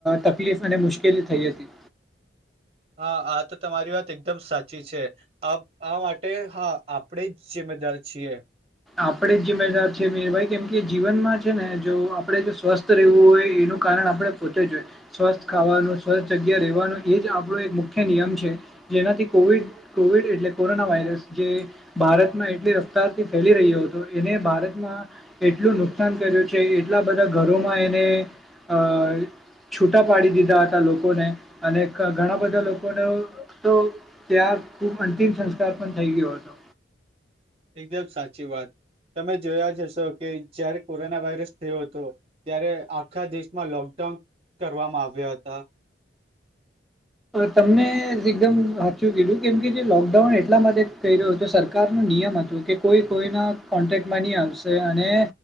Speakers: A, in the centre; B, on the right.
A: તકલીફ અને મુશ્કેલી થઈ હતી.
B: <unintelligible> હા આ તો તમારી વાત એકદમ સાચી છે આ માટે હા આપણે જે મેદાર છીએ.
A: આપણેે જિ્મેદાર છે મીરભાઈ કેમ કે જીવનમાં છે ને જો આપડણે જો સ્વસ્થ રહેવું હોય એ નું કારણ આપણે પોતે જ જોઈએ સ્વસ્થ ખાવાનું સ્વસ્થ જગ્યા રહેવાનું એ જ આપણો એક મુખ્ય નિયમ છે. જેનાથી કોવિડ કોવિડ એટલે કોરોના વાયરસ જે ભારતમાં એટલી રફતારથી ફેલી રહ્યો હતો એને ભારતમાં એટલું નુકસાન કર્યું છે એટલા બધા ઘરોમાં એને અ છૂટા પાડી દીધા હતા લોકોને અને ઘણા બધા લોકોને તો ત્યાં ખુબ અંતિમ સંસ્કાર પણ થઈ ગયો હતો.
B: એકદમ સાચી વાત. તમે જોયા જ હશો કે જયારે કોરોના વાયરસ થયો હતો ત્યારે આખા દેશમાં લોકડાઉન કરવામાં આવ્યા હતા.
A: તમને એકદમ સાચું કીધું કેમ કે જે લોકડાઉન એટલા માટે થઈ રહ્યો હતો સરકારનું નિયમ હતું કે કોઈ કોઈના કોન્ટેક્ટમાં નહી આવશે અને